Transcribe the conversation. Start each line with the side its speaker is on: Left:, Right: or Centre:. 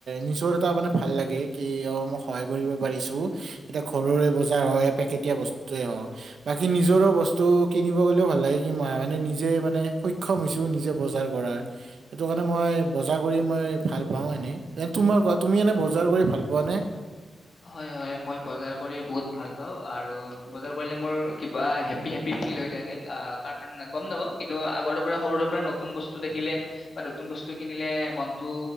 Right: নিজৰ এটা মানে ভাল লাগে কি অ মই সহায় এ, নিজৰ এটা মানে ভাল লাগে কি অ মই সহায় কৰিব পাৰিছো। এতিয়া ঘৰৰে বজাৰ হয় পেকেটয়া বস্তুে হওঁক বাকি নিজৰ বস্তু কিনিব গ'লেও ভাল লাগে কি মই মানে নিজে মানে।। সক্ষম হৈছো নিজে বজাৰ কৰা সেইটো কাৰণে মই বজাৰ কৰি মই ভাল পাওঁ এনে। তুমি এনে বজাৰ কৰি ভাল পোৱা নে?
Left: হয় হয় মই বজাৰ কৰি বহুত ভাল পাওঁ আৰু বজাৰ কৰিলে মোৰ কিবা হেপ্পী্ হেপ্পী্ ফিল হৈ থাকে। তাৰ কাৰণ গম নাপাওঁ কিন্তু আগৰ পৰা সৰুৰে পৰা নতুন বস্তু দেখিলে বা নতুন বস্তু কিনিলে মনতটো